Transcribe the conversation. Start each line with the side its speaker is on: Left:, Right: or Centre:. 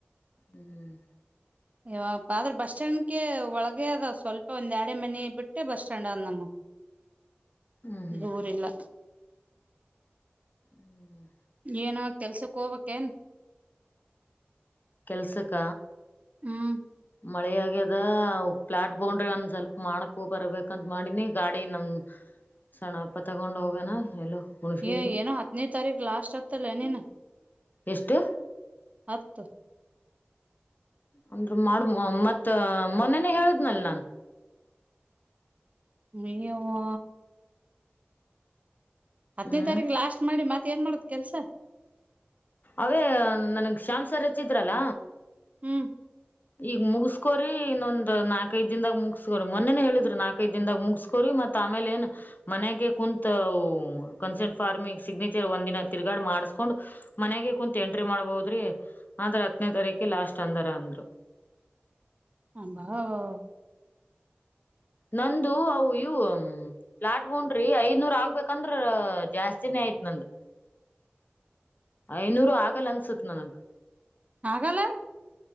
Left: ಹ್ಮ್
Right: ಇವಪ್ಪ ಆದ್ರ ಬಸ್ ಸ್ಟ್ಯಾಂಡ್ಗೆ ಒಳಗ ಅದ ಸ್ವಲ್ಪ ಒಂದ್ ಎರಡ ಮನಿ ಬಿಟ್ಟೆ ಬಸ್ ಸ್ಟ್ಯಾಂಡ್ ಅಂದ್ ನಮ್ಮ
Left: ಹ್ಮ್ ಹ್ಮ್
Right: ದೂರಿಲ್ಲ
Left: ಹ್ಮ್
Right: ಏನ ಕೆಲ್ಸಕ್ ಹೋಗಬೇಕಕ್ೇನ್
Left: ಕೆಲ್ಸಕ್ಕ
Right: ಹ್ಮ್
Left: ಮಳೆ ಆಗ್ಯದ ಪ್ಲಾಟ್ ಬೌಂಡ್ರಿ ಒಂದು ಸ್ವಲ್ಪ ಮಾಡಕ್ಕೂ ಬರಬೇಕಂತ ಮಾಡಿನಿ ಗಾಡಿ ನಮ ಸಣ್ಣಪ್ಪ ತಗೊಂಡು ಹೋಗ್ಯನಾ ಎಲ್ಲೋ ಹುಣಸಗಿಗಿ
Right: ಯಏ ಏನ ಹತ್ನ ತಾರಕ ಲಾಸ್ ಹ್ತ ಲೆನಿ
Left: ಎಷ್ಟು
Right: ಹತ್ತು
Left: ಅಂದ್ರ ಮಾಡ್ಮ ಮತ್ ಮೊನನೆೇ ಹೇಳಿದ್ನಲ್ ನಾನ್
Right: ಎಯವಾ ಹತ್ತನೇ
Left: ಹ್ಮ್
Right: ತಾರೀಕು ಲಾಸ್ಟ್ ಮಾಡಿ ಮತ್ತೆ ಮ ಏನ್ ಮಾಡದ್ ಕೆಲ್ಸ
Left: ಅವೇ ನನ್ಗ್ ಶ್ಯಾಮ್ ಸರ್ ರಚ್ಚಿದ್ರಲ್ಲ
Right: ಹ್ಮ್
Left: ಈಗ ಮುಗಸ್ಕೋರಿ ಇನ್ನೊಂದ್ ನಾಕ್ ಐದ ದನ್ದಾಗ ಮುಗಸ್ಕೋರಿ ಮೊನ್ನೆನೆ ಹೇಳಿದ್ರಿ ನಾಕಐದ ದನ್ದಾಗ ಮುಗಸ್ಕೋರಿ ಮತ್ ಆಮೇಲೆ ಏನ್ ಮನೆಗೆ ಕುಂತ್ ಕನ್ಸರ್ಂಟ್ ಫಾರ್ಮಿಂಗ್ ಸಿಗ್ನೇಚರ್ ಒಂದ್ ದಿನ ತಿರ್ಗಾಡಿ ಮಾಡಸ್ಕೊಂಡ್ ಮನೆಗೆ ಕುತ್ ಎಂಟ್ರಿ ಮಾಡ್ಬೋದ್ರಿ ಆದ್ರ ಹತ್ನೇ ತಾರೀಕ ಲಾಸ್ಟ್ ಅಂದಾರ ಅಂದ್ರು
Right: <unintelligible> ಹ
Left: ನಂದು ಅವು ಇವು ಪ್ಲಾಟ್ ಹಂಡ್ರಿ ಐದ್ನೂರ್ ಆಗ್ಬೇಕಂದ್ರ ಜಾಸ್ತಿನೇ ಆಯ್ತ್ ನಂದು ಐನೂರು ಆಗಲ್ಲ ಅನ್ಸತ್ ನನಗ್
Right: ಆಗಲ್ಲ